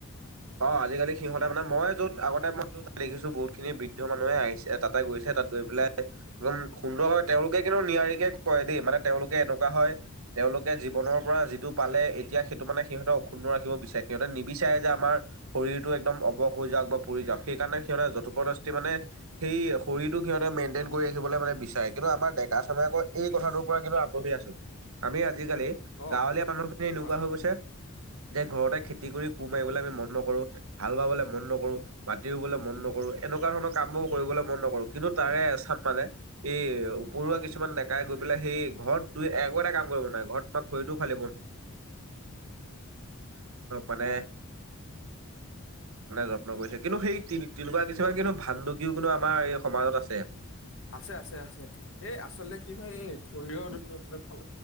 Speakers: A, on the right; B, on the left.
A: অ' আজালি সি মানে মই য'ত আগতে মই যত দেখিছো বহুত খিনি বৃদ্ধ মানুহে আহিছে তাতে গৈছে তাত গৈ পেলাই একদম সুন্দৰ হয় তেওঁলোকে কিন্তু নিয়াৰিকে কয় দেই মানে তেওঁলোকে এনেকুৱা হয় তেওঁলোকে জীৱনৰ পৰা যিটো পালে এতিয়া সেইটো মানে সিহঁতে অক্ষুন্ন ৰাখিব বিচাৰে সিহঁতে নিবিচাৰে যে আমাৰ শৰীৰতটো একদম অৱস হৈ যাকও বা পৰি যওক সেইকাৰণে সিহঁতে যথোপদষ্টি মানে সেই শৰীৰটো সিহঁতে মেইনটেইন কৰি ৰাখিব মানে বিচাৰে। কিন্তু আমাৰ ডেকা চামে আকৌ এই কথাটোৰ পৰা কিন্তু আগবহি আছো আমি আজিকালি
B: অ
A: গাঁৱলীয়া মানুহখিনি এনেকুৱা
B: হয়
A: হৈ গৈছে যে ঘৰতে খেতি কৰি কুহ মাৰিবলৈ আমি মন নকৰো হাল বাবলে মন নকৰোঁ মাটি ৰুবলৈ মন নকৰো এনেকুৱা তেনেকুৱা ধৰণৰ কাম বোৰ কৰিবলৈ মন নকৰো কিন্তু তাৰে চাপ মানে ই উপৰুৱা
B: হয়
A: কিছুমান ডেকাই গৈ পেলাই সেই ঘৰত তই একো এটা কাম কৰিব নোৱাৰে ঘৰত তাক মান মানে মে যত্ন কৰিছে কিন্তু সেই তেনেকুৱা কিছুমান কিন্তু ভাণ্ডুকিও কিন্তু আমাৰ এই সমাজত আছে
B: আছে আছে আছে এই আচলতে কি হয় শৰীৰৰ ভাল